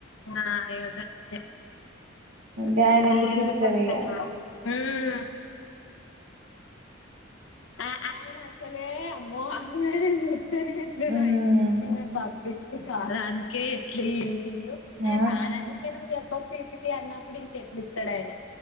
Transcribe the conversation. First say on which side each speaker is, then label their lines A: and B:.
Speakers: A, on the left; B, on the right.
A: ఆ యోగా తే <unintelligible>
B: గాయన ఎందుకు ఇత్తడు ఇగ
A: తున్నారు. ఉమ్ ఆ ఆయనాసలే అమ్మో <unintelligible>
B: ఉమ్
A: బబ్బీ కాడానికే ఎట్లా చండు
B: ఆ
A: ఆయన రానందుకే నువ్వు చెప్పక పిపి అన్నప్పుడు ఇంకెమ్ పీకుతాడు ఆయన